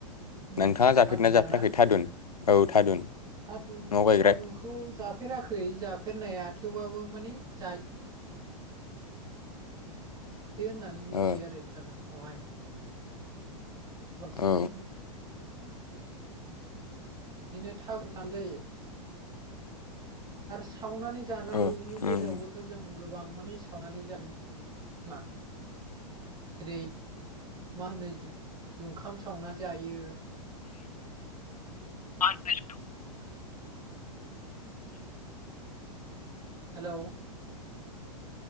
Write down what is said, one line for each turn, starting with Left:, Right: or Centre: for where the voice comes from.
Right: उम
Left: नोंथाङा जाफेरदोना
Right: थादुना
Left: जाफेराखै
Right: ना
Left: थादुन औ थादुन
Right: थादुन
Left: न'आव गायग्रा
Right: थादुनखौ जाफेराखै जाफेरनाया थेवबाबो माने जा यो होननानै मिथियो
Left: औ
Right: आरो थारुनखौहाय बांसिन
Left: औ
Right: बिदिनो थाब्रुनाय जायो। <unintelligible> आरो सावनानै जानायनि
Left: औ उम
Right: बेलायावबोथ' जों गोबां माने सावनानै जायो। ना जेरै मा होनो जुखाम सावनानै जायो।
Left: <inaudible>
Right: हेलौ